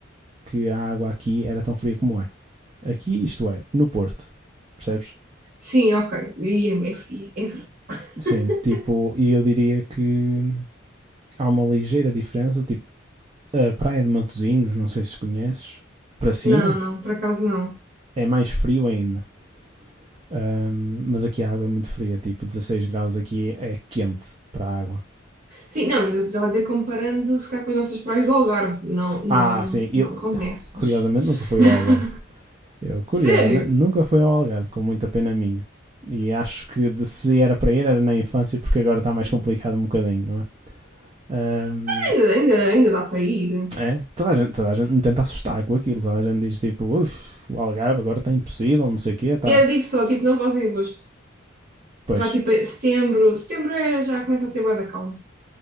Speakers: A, on the right; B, on the right.
A: que a água aqui era tão fria como é. Aqui, isto é, no Porto, percebes?
B: Sim, ok. E é, é fria, é verdade. <laughs>
A: Sim, tipo, e eu diria que há uma ligeira diferença, tipo, a praia de Matozinhos, não sei se conheces, para cima
B: Não, não, por acaso não.
A: é mais frio ainda. Ahm, mas aqui a água é muito fria, tipo 16 graus aqui é quente para a água.
B: Sim, não, eu estava a dizer comparando se calhar com as nossas praias do Algarve. Não, não,
A: Ah, sim, eu
B: não com
A: <laughs>
B: essas.
A: curiosamente nunca fui
B: <laughs>
A: ao Algarve. Eu curiosamente
B: Sério?
A: nunca fui ao Algarve, com muita pena minha. E acho que de- se era para ir era na infância, porque agora está mais complicado um bocadinho, não é? Ahm,
B: Ainda, ainda, ainda dá para ir.
A: é, toda a, gente, toda a gente me tenta assustar com aquilo. Toda a gente diz tipo, uff, o Algarve agora está impossível, não sei o quê, está
B: Eu digo só, tipo, não faz em agosto.
A: Pois.
B: Vá tipo a setembro. Setembro é, já começa a ser bué da calma.